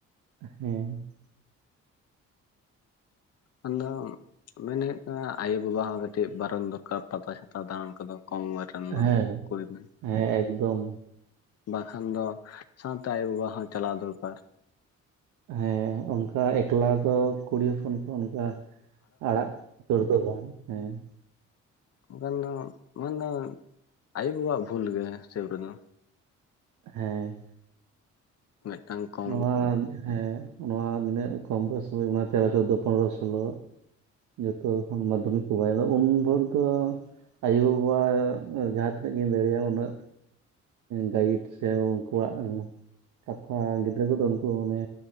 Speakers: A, on the right; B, on the left.
A: ᱦᱮᱸ
B: ᱟᱫᱚ ᱢᱮᱱ ᱦᱩᱭᱩᱜ ᱠᱟᱱᱟ ᱟᱭᱳᱼᱵᱟᱵᱟ ᱦᱚᱸ ᱠᱟᱹᱴᱤᱡ ᱵᱟᱨᱚᱱ ᱫᱚᱨᱠᱟᱨ ᱯᱟᱛᱟ ᱪᱷᱟᱛᱟ ᱫᱟᱸᱬᱟᱱ ᱠᱚᱫᱚ ᱠᱚᱢ ᱩᱢᱟᱹᱨ ᱵᱟᱝᱠᱷᱟᱱ ᱫᱚ
A: ᱦᱮᱸ
B: ᱠᱚᱭ ᱢᱮ
A: ᱦᱮᱸ ᱮᱠᱫᱚᱢ
B: ᱵᱟᱠᱷᱟᱱ ᱫᱚ ᱥᱟᱣᱛᱮ ᱟᱭᱳ ᱵᱟᱵᱟ ᱦᱚᱸ ᱪᱟᱞᱟᱣ ᱫᱚᱨᱠᱟᱨ
A: ᱦᱮᱸ ᱚᱱᱠᱟ ᱮᱠᱞᱟ ᱫᱚ ᱠᱩᱲᱤ ᱦᱚᱯᱚᱱ ᱠᱚ ᱚᱱᱠᱟ ᱟᱲᱟᱜ ᱫᱟᱹᱲ ᱫᱚ ᱵᱟᱝ ᱦᱮᱸ
B: ᱵᱟᱠᱷᱟᱱ ᱫᱚ ᱚᱱᱟ ᱫᱚ ᱟᱭᱳ ᱵᱟᱵᱟ ᱟᱜ ᱵᱷᱩᱞ ᱜᱮ ᱦᱤᱥᱟᱹᱵᱽ ᱨᱮ ᱫᱚ
A: ᱦᱮᱸ
B: ᱢᱤᱫᱴᱟᱝ ᱠᱚᱢ
A: ᱱᱚᱣᱟ ᱦᱮᱸ ᱱᱚᱣᱟ ᱱᱤᱱᱟᱹᱜ ᱠᱚᱢ ᱵᱚᱭᱮᱥ ᱨᱮ ᱛᱮᱨᱚ ᱪᱳᱫᱫᱳ ᱯᱚᱱᱮᱨᱚ ᱥᱳᱞᱳ ᱡᱚᱛᱚ ᱠᱷᱚᱱ ᱢᱟᱫᱽᱫᱷᱚᱢᱤᱠ ᱠᱚ ᱵᱟᱭ ᱮᱢᱮᱜ ᱩᱱ ᱵᱷᱳᱨ ᱫᱚ ᱟᱭᱳ ᱵᱟᱵᱟ ᱡᱟᱦᱟᱸ ᱛᱤᱱᱟᱹᱜ ᱜᱤ ᱫᱟᱲᱮᱭᱟᱜᱼᱟ ᱩᱱᱟᱹᱜ ᱜᱟᱭᱤᱰ ᱥᱮ ᱩᱱᱠᱩᱣᱟᱜ ᱠᱟᱛᱷᱟ ᱜᱤᱫᱽᱨᱟᱹ ᱠᱚᱫᱚ ᱩᱱᱠᱩ ᱚᱱᱮ